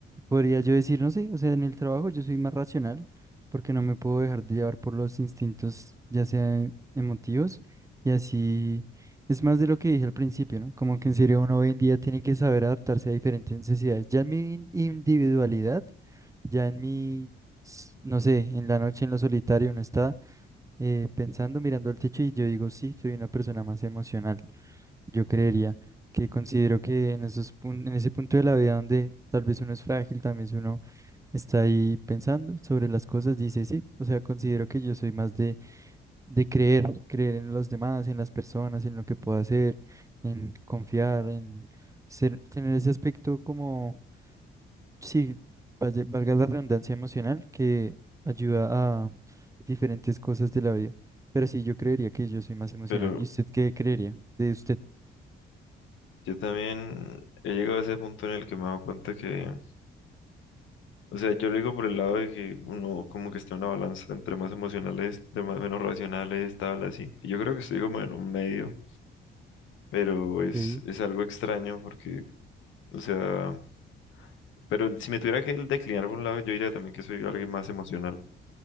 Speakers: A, on the right (about 15°); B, on the left (about 75°).
A: Podría yo decir, no sé, o sea, en el trabajo yo soy más racional porque no me puedo dejar de llevar por los instintos, ya sea emotivos, y así es más de lo que dije al principio, ¿no? Como que en serio uno hoy en día tiene que saber adaptarse a diferentes necesidades. Ya en mi in- individualidad, ya en mi, s- no sé, en la noche en lo solitario uno está eh, pensando, mirando al techo y yo digo, sí, soy una persona más emocional. Yo creería que considero que en esos pun- en ese punto de la vida donde tal vez uno es frágil, también vez uno está ahí pensando sobre las cosas, dice sí, o sea, considero que yo soy más de, de creer, creer en los demás, en las personas, en lo que puedo hacer, en confiar, en ser, tener ese aspecto como, sí, vaya- valga la redundancia emocional que ayuda a diferentes cosas de la vida. Pero sí, yo creería que yo soy más emocional.
B: Pero
A: ¿Y usted qué creería de usted?
B: yo también he llegado a ese punto en el que me he dado cuenta que, o sea, yo lo digo por el lado de que uno como que está en una balanza entre más emocionales, de más, menos racionales, tal, así. Y yo creo que estoy como en un medio, pero es,
A: Sí,
B: es algo extraño porque, o sea... Pero si me tuviera que declinar por un lado, yo diría también que soy alguien más emocional.